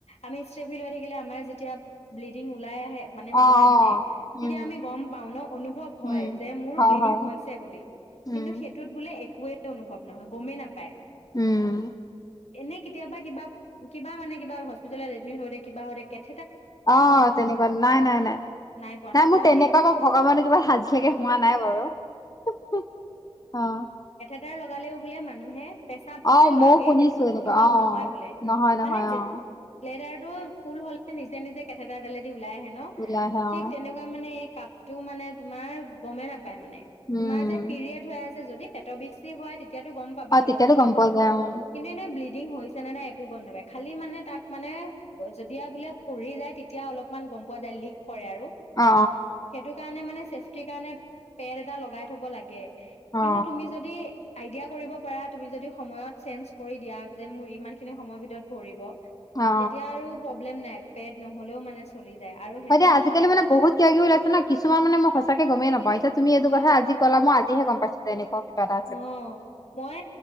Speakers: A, on the left (about 85°); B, on the left (about 35°).
A: আমি সেভিলাৰি গিলা আমাৰ যেতিয়া ব্লিডিং ওলায় আহে মানে হয়
B: অ অ
A: মানে তেতিয়া
B: উম
A: আমি গম পাওঁ ন অনুভৱ
B: উম।
A: যে মোৰ
B: হয়
A: ব্লিডিং
B: হয়
A: হৈছে বুলি
B: উম
A: কিন্তু সেইটো বোলে এ একো অনুভৱ নহয় গমেই নাপায়
B: উম,
A: এনে কেতিয়াবা কিবা - কিবা মানে কিবা হস্পিটাল এডমিদ হৈ থাকে।
B: অ তেনেকুৱা নাই নাই নাই
A: নাই পোৱা
B: সেয়া
A: ন
B: মোৰ
A: অ সেই
B: বা মোৰ ভগৱানে কৃপাত আজিলেকে হোৱা নাই বাৰু অ
A: সদায় লগালেও বোলে মানুহে পেচাত
B: অ
A: যে
B: মইও
A: লাগে।
B: শুনিছো এনেকুৱা
A: অনুভৱ নহয়
B: অ
A: বোলে
B: নহয়
A: মানে
B: নহয়
A: যেতিয়া
B: অ
A: লেদাৰ টো ফুল হলে নিজে নিজে কেমেৰাৰ তলেদি উ ওলায় আহে ন
B: ওলাই আহে
A: থিক
B: অ
A: তেনেকুৱা মানে কাপটো মানে তোমাৰ, গমে নাপ নাই মানে,
B: উম
A: তোমাৰ যে পিৰিয়ড হৈ আছ যদি পেটৰ বিষ চিষ হয় তেতিয়াটো গম পাবা
B: অ
A: অলপ
B: তেতিয়াতো
A: সলপ
B: গম পোৱা যায় অ
A: নাই ব্লিদিং হৈছে নে নাই একো গম নাপাই, খালি মানে তাক মানে, যেতিয়া বোলে ফুৰি যায় অলপমান গম পোৱা যায় লিক কৰে আৰু,
B: অ
A: সেইতো কাৰণে মানে চেফটি কাৰণে, পেদ এটা লগাই থব লাগে।
B: অ
A: কিন্তু, তুমি যদি আইডিয়া কৰিব পাৰা, তুমি যদি সময়ত চেঞ্জ কৰি দিয়া যে, মোৰ ইমান খিনি সময়ৰ ভিতৰত ভৰিব।
B: অ অ
A: তেতিয়া আৰু <unintelligible> প্ৰব্লেম নাই পেদ নহ'লেও মানে চলি যায়। আৰু সেইটোত
B: হয় দিয়া, আজাকালি মানে বহুত কিবা কিবি ওলাইছে ন, কিছুমান মানে সচাকে গমেই নাপাও এতিয়া তুমি এইটো কথা আজি কলা, মই আজিহে গম পাইছো যে এনেকুৱা। কিবা এটা আছে
A: অ',
B: বুলি
A: মই